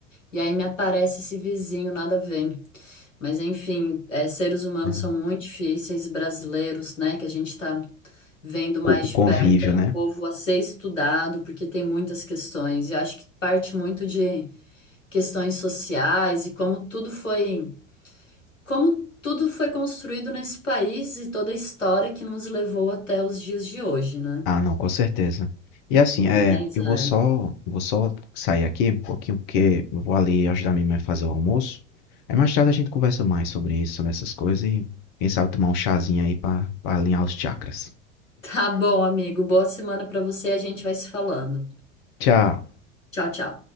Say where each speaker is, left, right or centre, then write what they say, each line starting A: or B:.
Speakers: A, on the left; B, on the left.
A: E aí me aparece esse vizinho, nada a ver. Mas enfim, é, seres humanos
B: É.
A: são muito difíceis, brasileiros, né? Que a gente está vendo mais
B: Com com convívio,
A: de perto,
B: né?
A: é um povo a ser estudado, porque tem muitas questões. E eu acho que parte muito de questões sociais e como tudo foi, como tudo foi construído nesse país e toda a história que nos levou até os dias de hoje, né?
B: Ah, não, com certeza. E assim, é,
A: Mas
B: eu
A: é.
B: vou só, vou só sair aqui um pouquinho, porque eu vou ali ajudar minha mãe a fazer o almoço. Aí mais tarde a gente conversa mais sobre isso, sobre essas coisas e quem sabe tomar um chazinho aí pra, pra alinhar os chakras.
A: Tá bom, amigo. Boa semana para você. A gente vai se falando.
B: Tchau.
A: Tchau, tchau.